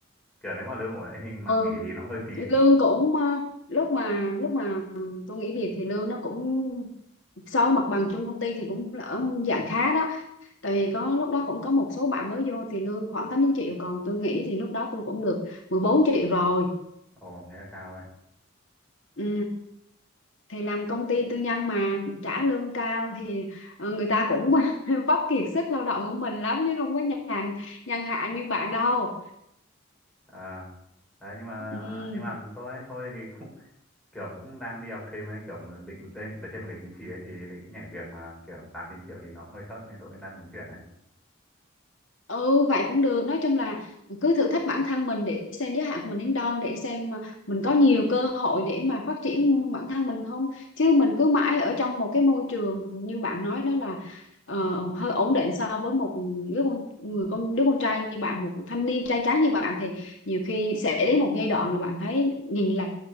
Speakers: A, in the centre; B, on the left (about 70°).
A: kiểu nếu mà lương ổn ấy thì mà
B: ừ,
A: nghỉ thì nó hơi phí ấy
B: lương cũng ờ, lúc mà lúc mà tôi nghỉ việc thì lương nó cũng so với mặt bằng chung công ty thì cũng ở dạng khá đó tại vì có lúc đó cũng có một số bạn mới vô thì lương khoảng tám chín triệu còn tôi nghĩ thì lúc đó tôi cũng được 14 triệu rồi
A: ồ thế là cao ấy
B: ừ. thì làm công ty tư nhân mà trả lương cao thì ờ, người ta cũng <laughs> vấp kiệt sức lao động của mình lắm chứ không có nhàn nhàn hạ như bạn đâu
A: à đấy nhưng mà
B: ừ.
A: nhưng mà tôi ấy, tôi thì cũng <laughs> kiểu cũng đang đi học thêm ấy kiểu mà định lên về thêm một cái chứng chỉ ấy thì định nhảy việc mà kiểu tám chín triệu thì nó cũng hơi thấp nên tôi cũng đang muốn chuyển ấy
B: ừ vậy cũng được nói chung là cứ thử thách bản thân mình để xem giới hạn của mình đến đâu để xem mà mình có nhiều cơ hội để mà phát triển bản thân mình không chứ mình cứ mãi ở trong một cái môi trường như bạn nói đó là ờ, hơi ổn định so với một đứa con người con đứa con trai như bạn một thanh niên trai tráng như bạn thì nhiều khi sẽ đến một giai đoạn là bạn thấy nhìn lại